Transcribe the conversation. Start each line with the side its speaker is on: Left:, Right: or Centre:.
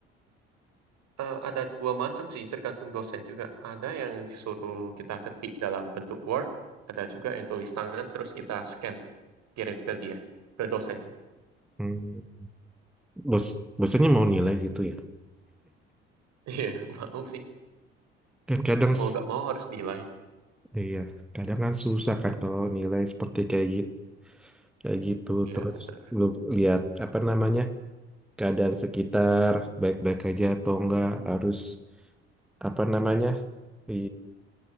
Right: Eh, ada dua macam sih, tergantung dosen juga. Ada yang disuruh kita ketik dalam bentuk Word, ada juga yang tulis tangan terus kita scan. kirim ke dia ke dosennya
Centre: Hmm, bos dosennya mau nilai gitu ya
Right: iya <laughs> mau sih
Centre: kan kadang
Right: mau
Centre: s-
Right: gak mau harus nilai
Centre: Iya, kadang kan susah kan kalau nilai seperti kayak gitu, kayak gitu.
Right: iya
Centre: Terus
Right: benar
Centre: lu lihat apa namanya keadaan sekitar baik-baik aja atau enggak harus apa namanya di